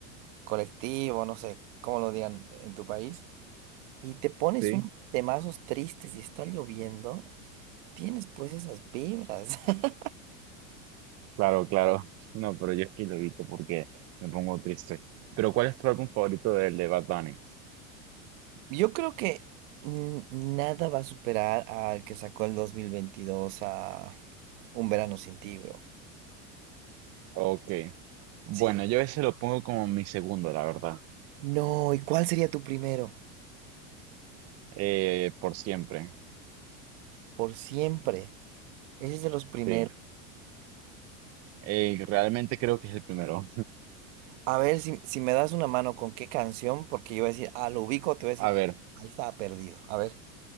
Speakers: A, on the right (about 60°); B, on the right (about 35°).
A: colectivo, no sé cómo lo digan en tu país. Y te pones
B: sí,
A: unos temazos tristes y está lloviendo, tienes pues esas vibras. <laughs>
B: claro, claro. No, pero yo es que lo evito porque me pongo triste. Pero ¿cuál es tu álbum favorito del de Bad Bunny?
A: Yo creo que mm, nada va a superar al que sacó el 2022 a Un verano sin ti, bro.
B: Ok. Bueno,
A: Sí.
B: yo ese lo pongo como mi segundo, la verdad.
A: No, ¿y cuál sería tu primero?
B: Eh, por siempre,
A: Por siempre. Ese es de los primeros.
B: sí. Eh, realmente creo que es el primero.
A: A ver si, si me das una mano con qué canción, porque yo voy a decir, ah, lo ubico, te voy a decir,
B: A ver,
A: ahí estaba perdido. A ver,